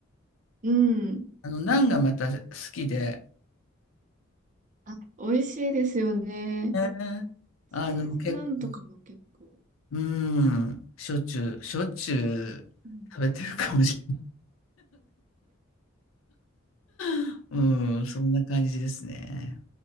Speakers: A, on the right; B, on the left.
A: うん。
B: あの、ナンがまた好きで、
A: あ、美味しいですよね。
B: ねあの、
A: チーズなんとかも結構。
B: 結構、うん、しょっちゅう、しょっちゅう食べてるかもしれない。
A: うん。
B: <laughs> うん、そんな感じですね。